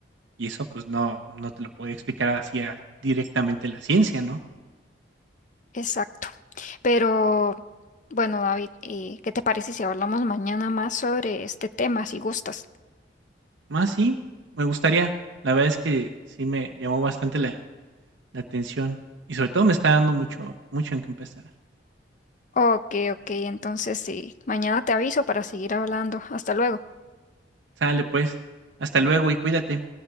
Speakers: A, on the right (about 70°); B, on the left (about 40°).
A: Y eso pues no, no te lo puede explicar así a- directamente la ciencia, ¿no?
B: Exacto. Pero Bueno, David, eh, ¿qué te parece si hablamos mañana más sobre este tema, si gustas?
A: Más sí, me gustaría. La verdad es que sí me llamó bastante la, la atención y sobre todo me está dando mucho, mucho en qué empezar.
B: Ok, ok, entonces sí, mañana te aviso para seguir hablando. Hasta luego.
A: Sale pues, hasta luego y cuídate.